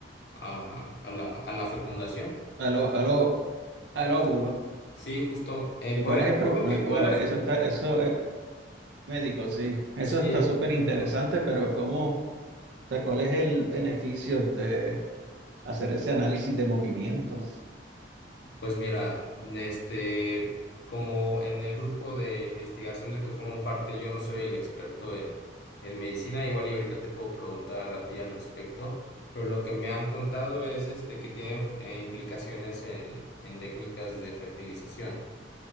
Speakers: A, on the left; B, on the right.
A: a, a la, a la fecundación.
B: A lo, a lo- al óvulo.
A: Sí, justo. Eh,
B: ¿Y
A: por
B: cuál
A: ahí recuerdo
B: es el pro- no,
A: que tú
B: wow,
A: eras,
B: eso
A: mm,
B: está, eso es médico, sí. Eso
A: sí,
B: está súper interesante,
A: ajá.
B: pero ¿cómo, o sea, cuál es el beneficio de hacer ese análisis de movimiento?
A: pues mira, este, como en el grupo de investigación del que formo parte, yo no soy el experto en, en medicina, igual y ahorita te puedo preguntar a ti al respecto, pero lo que me han contado es este que tiene eh, implicaciones en, en técnicas de fertilización.